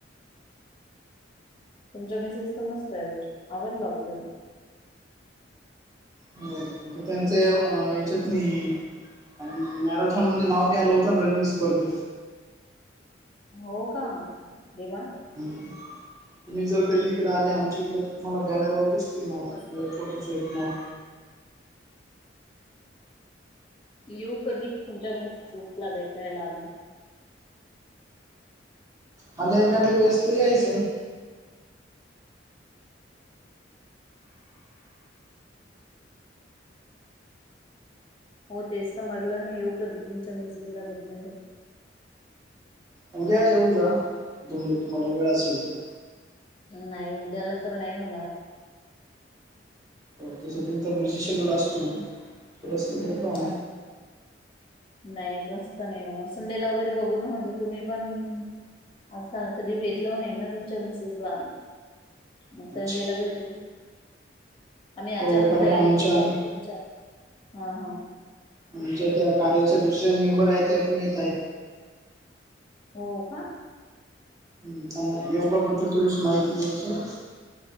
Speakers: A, on the left; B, on the right.
A: तुमचा मेसेज समस्ततय बरं आवडला आपल्याला.
B: हो त्यांचे याच्यातनी. मॅरेथॉनमध्ये नाव बी आलं होतं ना रनिस करून.
A: हो का देवा.
B: ह तुम्ही जर कधी इकडं आले आमच्या इकड तुम्हाला बॅनर वगैरेस. म
A: मस्त
B: ये फोटो शूटला.
A: येऊ कधी तुमच्या मी स्ूपला भेटायला आमी.
B: आणि एखादी वेस्त जायच.
A: हो तेच तर मटलं मी येऊ कधी तुमच्या मिसेसला भेटण्यासाठी.
B: म उद्या येऊन जा तमज तुम्हाला मग वेळ असेल तर
A: नाही उद्याला तर नाही होणार.
B: हो तसं तुमचा बिझी शेड्यूल असतो थोडसं
A: हम्म
B: पण का?
A: नाही तसत नाही संडेला वगैरे बघून म्हणजे तुम्ही पण. असाल कधी भेटलो नाही ना तुमच्या मिसेजला. मग संडेला
B: अच्छा
A: भेटू. आम्ही अचानक
B: हो कारण
A: जाईल
B: आमच्या
A: परत तुमच्या हा हा.
B: आमच्या त्या कार्याचे दुसरे मेंबर आहेत ते पण येत आहेत.
A: हो का.
B: हम्म त्यांना योगा बद्दल थोडीशी माहिती द्यायची आहे.